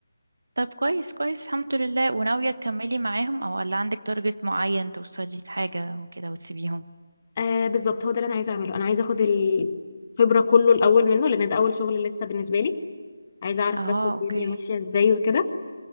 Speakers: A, on the right; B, on the left.
A: طب كويس كويس الحمد لله وناوية تكملي معاهم او ولا عندك تارجت معين توصلي لحاجة وكده وتسيبيهم
B: آه بالظبط هو ده اللي انا عايزه اعمله انا عايزه اخد الخبره كله الاول منه لان ده اول شغل لسه بالنسبه لي عايزه اعرف
A: اه
B: بس الدنيا
A: اوكي
B: ماشيه ازاي وكده